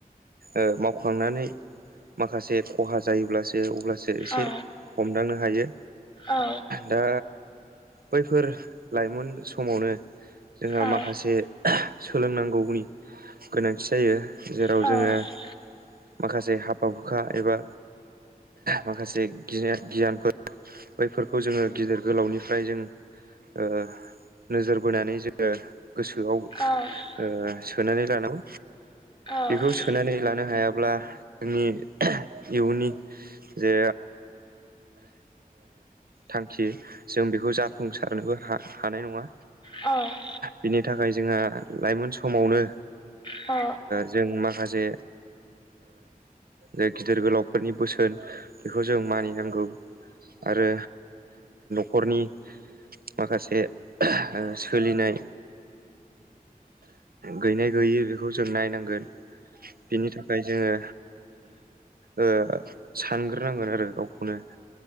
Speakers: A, on the right; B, on the left.
A: ओ मावखांनानै माखासे खहा जायोब्लासो अब्लासो एसे
B: औ
A: हमदांनो हायो
B: औ
A: दा बैफोर लाइमोन समावनो जोंहा
B: औ
A: माखासे सोलोंनांगौनि गोनांथि जायो जेराव
B: औ
A: जोङो माखासे हाबा हुखा एबा माखासे गियानफोर बैफोरखौ जोङो गिदिर गोलावनि फ्राय जों ओ नोजोर बोनानै जोङो गोसोआव ओ
B: औ
A: सोनानै लानांगौ
B: औ
A: बेखौ सोनानै लानो हायाब्ला जोंनि इयनि जे थांखि जों बेखौ जाफुंसारनोबो ह हानाय नङा
B: औ
A: बिनि थाखाय जोंहा लाइमोन समावनो
B: अ
A: जों माखासे जे गिदिर गोलावफोरनि बोसोन बेखौ जों मानिनांगौ आरो हरनि माखासे सोलिनाय गैनाय गैयि बेखौ जों नायनांगोन बिनि थाखाय जोङो ओ सानग्रोनांगोन आरो गावखौनो